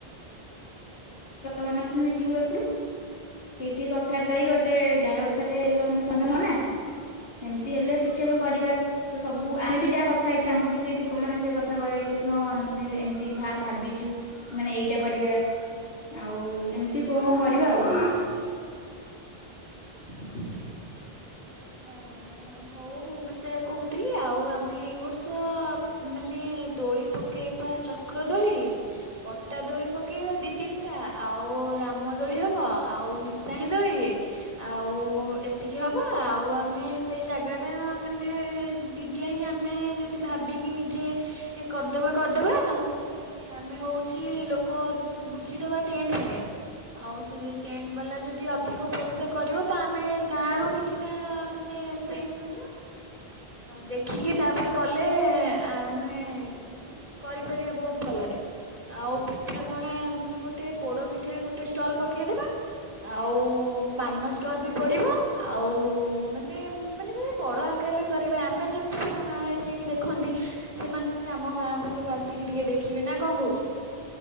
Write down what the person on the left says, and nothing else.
ମାନେ ଅଛନ୍ତି ମି ସେଇଠି କଥା ଯ ଗୋଟେ ଯାହା ଗୋଟୋନେ ସଧାନ ହବନା ସେମିତି ହେଲେ କିଛି ଆମେ କରିବା ତ ସବୁ ଆମେ ବି ଯାହା କଥା ହେଇଛି ଆଙ୍କୁ ବି ସେଇଠି ମାନେ ସେ କଥା କହିବା <inaudible> ହଁ ଆମେ ଏମିତି ଭା ଭାବିଛୁ ମାନେ ଏଇଟା କରିବା ଆଉ ଏମିତି କଣ କଣ କରିବା ଆଉ? <inaudible>